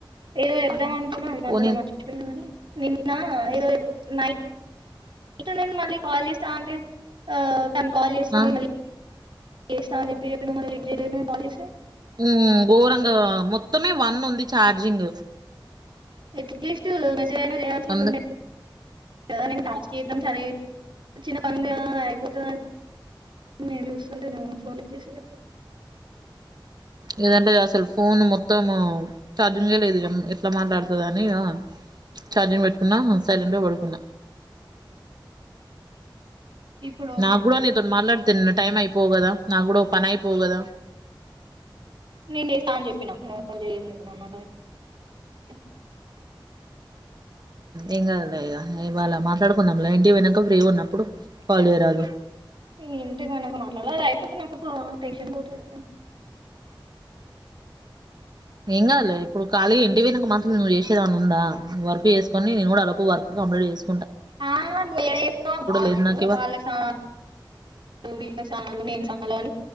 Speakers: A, on the right; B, on the right.
A: ఏదో చెప్ధం అనుకు <unintelligible>
B: పోనీ
A: నా ఏదో <unintelligible> ఇక నేను మళ్ళీ కాల్ చేస్తా అంటే ఆ తాన్ కాల్ చేస్తుది
B: ఆ
A: మలీ చేస్తా అని చెప్పి మళ్ళ లిఫ్ట్ చేయలేదే కాల్ చేస్తే
B: మ్ గొరంగా మొత్తమే వన్ ఉంది చార్జింగ్
A: <unintelligible> <unintelligible>
B: అందు
A: టాస్క్ <unintelligible> సరే చిన్న పని అయిపోతుందిని నేను చూస్తుంది నువ్వు ఫోన్ ఇచ్చే
B: ఏదంటే అసలు ఫోన్ మొత్తము ఛార్జింగే లేదు ఎట్లా మాట్లాడుతది ఇగ ఛార్జింగ్ పెట్టుకున్న సైలెంట్గా పడుకున్నా
A: ఇప్పుడు ఓకే
B: నా
A: అన్నది.
B: కూడా నీతిని మాట్లాడి <unintelligible> టైమ్ పో గదా నా కూడా ఓ పని అయిపోగదా
A: నేను చేస్తా అని చెప్పినా నువ్ <unintelligible>
B: ఏం కదలే ఇగ ఇవాళ మాట్లాడుకుందాంలె ఇంటి పోనాక ఫ్రీ ఉన్నప్పుడు కాల్ చేయరాదు
A: ఏంటిమనా ఒక మాట్లాడలే అయిపోతే నాకు ఒక టెన్షన్ పోతది
B: ఏం కాదు లె ఇప్పుడు ఖాళిగా ఇంటివిక మాత్రం నువ్ చేసేది ఏమన ఉందా వర్క్ ఎసుకొని నేను కూడా అ లోపు వర్క్ కంప్లీట్ చేసుకో
A: ఆ నేరేస్తమ్ వాళ్ళకు
B: లేదు నాకు ఇవాళ
A: వాళ్ళకి వీళ్ళకి చలు నేను చలు అని